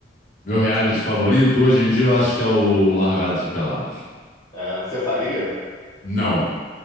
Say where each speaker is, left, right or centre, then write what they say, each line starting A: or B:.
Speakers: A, on the left; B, on the left.
A: meu reality favorito hoje em dia eu acho que é o Largados e Pelados.
B: É, você faria?
A: Não,